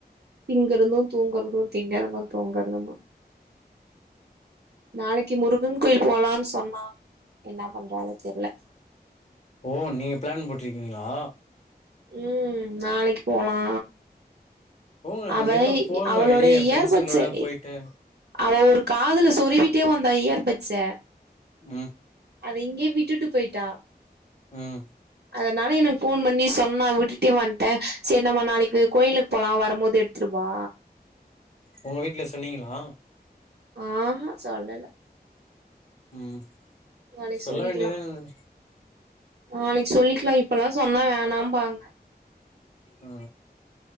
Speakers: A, on the right; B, on the left.
A: திங்கறதும் தூங்கறதும் திங்கறதும் தூங்கறதமா நாளைக்கு முருகன் கோயில் போலான் சொன்னா என்ன பண்றாலோ தெரில
B: ஓ நீங்க பிளான் போட்டிருக்கீங்களா
A: ம் நாளைக்கு போலா
B: போங்க அந்த
A: அவ
B: மாரிலா போங்க
A: அவளோடைய
B: வெளிய
A: இயர்பட்ஸை
B: ஃப்ரெண்ட்ஸுங்களோட போயிட்டு
A: அவ ஒரு காதுல சொறிவிட்டே வந்தா இயர்பட்ஸ
B: ம்
A: அத இங்கே விட்டுட்டு போயிட்டா
B: ம்
A: அதனால எனக்கு போன் பண்ணி சொன்னா விட்டுட்டே வன்ட்டே சரி நம்ம நாளைக்கு கோயிலுக் போலா வரும்போது எடுத்துட்டுவா
B: உங்க வீட்ல சொன்னீங்களா
A: ஆ ஆ சொல்லல
B: ம்
A: நாளைக்கு
B: சொல்ல
A: சொல்லிக்கலா
B: வேண்டியதான
A: நாளைக்கு சொல்லிக்கலா இப்பல்லாம் சொன்னா வேணாம் பாங்க
B: ஆ